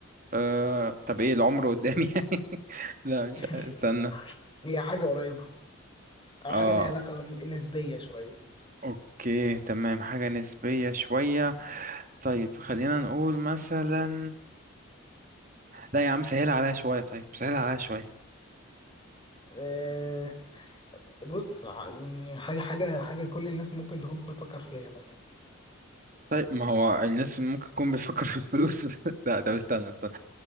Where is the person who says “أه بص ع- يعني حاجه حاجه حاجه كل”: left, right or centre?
Left